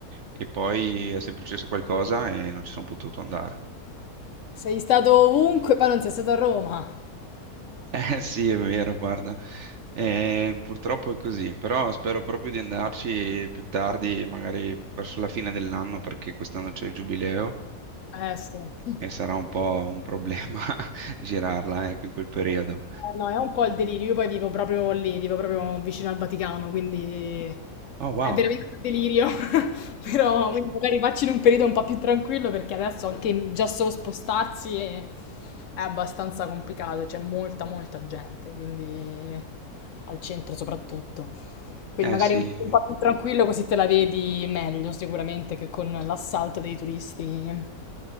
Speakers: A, on the right (about 60°); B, on the left (about 65°).
A: e poi è sempre successo qualcosa e non ci sono potuto andare.
B: sei stato ovunque, poi non sei stato a Roma.
A: Eh sì, è vero, guarda. Eh, purtroppo è così, però spero proprio di andarci più tardi, magari verso la fine dell'anno, perché quest'anno c'è il giubileo
B: Eh sì. Eh,
A: e sarà un po' un problema <laughs> girarla, ecco, in quel periodo.
B: no, è un po' il delirio. Io poi vivo proprio lì, vivo proprio vicino al Vaticano, quindi
A: Oh, wow.
B: è veramente un delirio. Però quindi magari facci in un periodo un po' più tranquillo perché adesso anche già solo spostarsi è, è abbastanza complicato, c'è molta molta gente, quindi al centro soprattutto. Quindi
A: Eh
B: magari
A: sì,
B: un periodo un po' più tranquillo così te la vedi meglio sicuramente che con l'assalto dei turisti.